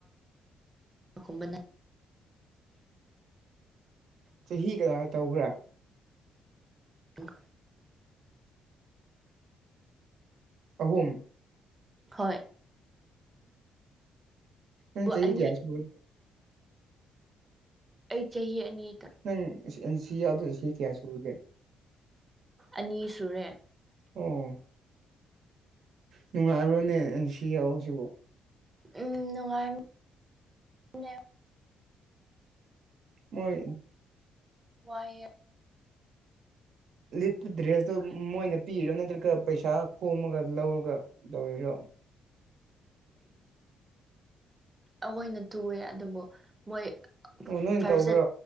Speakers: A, on the right; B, on the right.
A: ꯨꯝꯕꯅ
B: ꯆꯍꯤ ꯀꯗꯥꯏ ꯇꯧꯕ꯭ꯔꯥ
A: ꯎꯝ
B: ꯑꯍꯨꯝ
A: ꯍꯣꯏ
B: ꯎ
A: ꯑꯣ
B: ꯆꯍꯤ
A: ꯑꯅꯤ
B: ꯍ ꯀꯦꯌꯥꯁꯦ
A: ꯑꯩ ꯆꯍꯤ ꯑꯅꯤꯗ
B: ꯅꯪ ꯁꯤ ꯌꯥꯎꯗ ꯁꯤ ꯀꯌꯥ ꯁꯨꯨꯔꯒꯦ
A: ꯑꯅꯤ ꯁꯨꯔꯦ
B: ꯑꯣ ꯅꯨꯡꯉꯥꯏꯔꯣꯅꯦ ꯁꯤ ꯌꯥꯎ ꯁꯤꯕꯨ
A: ꯎꯝ ꯅꯅꯨꯡꯉꯥ
B: ꯃꯣꯏ
A: ꯋꯥꯏꯔ
B: ꯂꯤ ꯗ꯭ꯔꯦꯁ
A: ꯑꯗꯨꯝ
B: ꯃꯣꯏꯅ ꯄꯤꯔꯣ ꯅꯠꯇ꯭ꯔꯒ ꯄꯩꯁꯥ ꯈꯣꯝꯃꯒ ꯂꯧꯔꯒ ꯇꯧꯕꯔꯤꯔꯣ
A: ꯂꯩꯃꯤꯅ ꯑꯩꯈꯣꯏꯅ ꯇꯨꯑꯦ ꯑꯗꯨꯕꯨ ꯃꯣꯏ
B: ꯑꯣ ꯅꯣꯏꯅ
A: ꯐꯥꯔꯁ
B: ꯇꯧꯕ꯭ꯔꯣ
A: ꯁꯠ